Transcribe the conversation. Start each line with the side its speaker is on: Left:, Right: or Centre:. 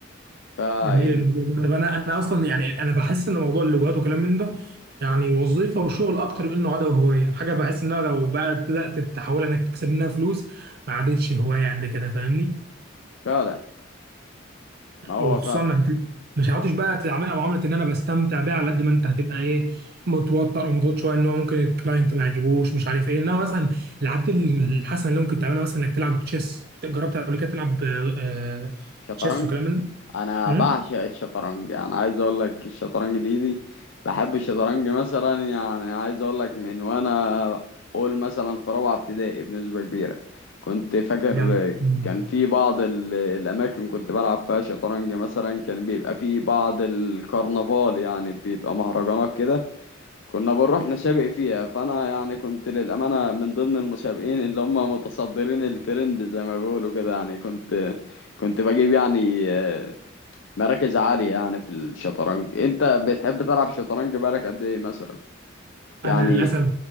Left: فعل
Right: جميل الموضوع ده طب انا انا اصلا يعني انا بحس ان موضوع اللغات وكلام من ده يعني وظيفه وشغل اكتر من انه عاده وهوايه يعني حاجه بحس انها لو بقى بدات تحاول انك تكسب منها فلوس ما عادتش هوايه قد كده فاهمني
Left: فعلا ما هو
Right: وخصوصا
Left: فعلا
Right: هت- مش هتعرفش بقى تعاملها معامله ان انا بستمتع بيها على قد ما انت هتبقى ايه متوتر ومضغوط شويه ان هو ممكن الكلاينت ما يعجبوش مش عارف ايه انما مثلا العادات الحسنه اللي ممكن تعملها مثلا انك تلعب تشيس جربت قبل كده تلعب آه، آه،
Left: شطرنج
Right: تشيس وكلام من ده؟
Left: انا
Right: مم؟
Left: بعشق الشطرنج يعني عايز اقول لك الشطرنج دي دي بحب الشطرنج مثلا يعني عايز اقول لك من وانا اقول مثلا في رابعه ابتدائي بنسبه كبيره كنت فاكر
Right: جامد. مم.
Left: كان في بعض ال- الاماكن كنت بلعب فيها شطرنج مثلا كان بيبقى في بعض الكرنفال يعني بيبقى مهرجانات كده كنا بنروح نسابق فيها فانا يعني كنت للامانه من ضمن المسابقين اللي هم متصدرين الترند زي ما بيقولوا كده يعني كنت كنت بجيب يعني آه، مراكز عاليه يعني في الشطرنج انت بتحب تلعب شطرنج بقالك قد ايه مثلا يعني
Right: انا للاسف